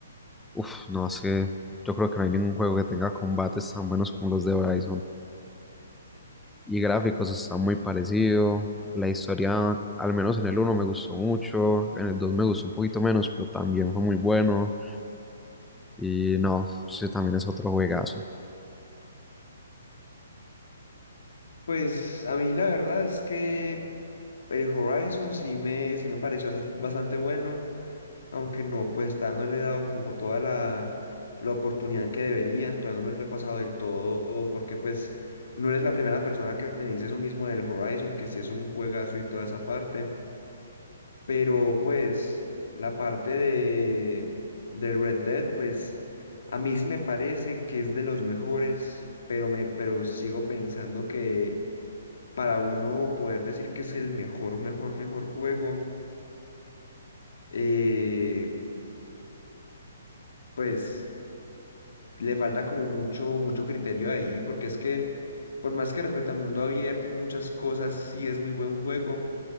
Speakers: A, in the centre; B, on the left (about 75°).
A: uff, no es que yo creo que no hay ningún juego que tenga combates tan buenos como los de Horizon. Y gráficos está muy parecido. La historia, al menos en el uno me gustó mucho. En el 2 me gustó un poquito menos, pero también fue muy bueno. Y no, sí, también es otro juegazo.
B: pues a mí la verdad es que el Horizon sí me, sí me pareció bastante bueno. Aunque no, pues está, no le he dado como toda la, la oportunidad que debería, todavía no me lo he pasado del todo, porque pues no eres la primera persona que me dice eso mismo del Horizon, que si es un juegazo y toda esa parte, pero pues la parte de, del Red Dead, pues a mí sí me parece que es de los mejores, pero, me, pero sigo pensando que para uno poder decir que es el mejor, mejor, mejor juego, eh, pues... le falta como mucho, mucho criterio ahí, porque es que, por más que respecto a mundo abierto y muchas cosas, sí es muy buen juego,